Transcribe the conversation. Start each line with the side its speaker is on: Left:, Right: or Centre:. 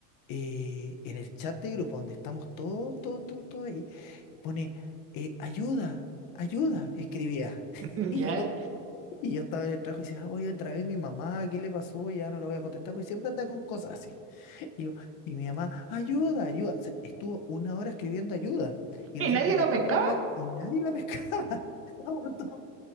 Left: eh, en el chat de grupo donde estamos todos, todos, todos, todos ahí, pone, eh, ayuda, ayuda, escribía. <laughs>
Right: <laughs>
Left: y
Right: ya.
Left: yo. Y yo estaba en el trabajo y decía, oye, otra vez mi mamá, ¿qué le pasó? Ya no lo voy a contestar, porque siempre anda con cosas así. <laughs> Y yo, y mi mamá, ayuda, ayuda. O sea, estuvo una hora escribiendo ayuda. Y
Right: ¿Y
Left: resulta
Right: nadie la
Left: que todos
Right: pescaba?
Left: los demás, y nadie la pescaba. <laughs> Estábamos todos,